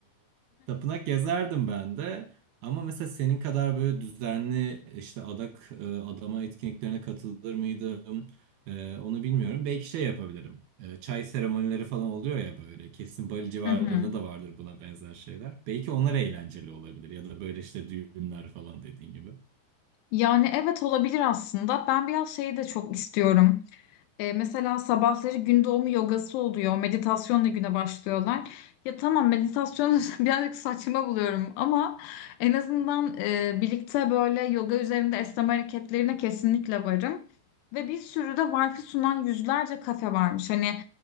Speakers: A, on the right; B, on the left.
A: Tapınak gezerdim ben de. Ama mesela senin kadar böyle düzenli işte adak e, adama etkinliklerine katılır mıydım? E, onu bilmiyorum. Belki şey yapabilirim. E, çay seremonileri falan oluyor ya böyle. Kesin Bali civarlarında
B: Hı hı.
A: da vardır buna benzer şeyler. Belki onlar eğlenceli olabilir ya da böyle işte düğünler falan dediğin gibi.
B: Yani evet olabilir aslında. Ben biraz şeyi de çok istiyorum. E, mesela sabahları gün doğumu yogası oluyor. Meditasyonla güne başlıyorlar. Ya tamam meditasyonu <laughs> birazcık saçma buluyorum ama en azından e, birlikte böyle yoga üzerinde esneme hareketlerine kesinlikle varım. Ve bir sürü de wifi sunan yüzlerce kafe varmış. Hani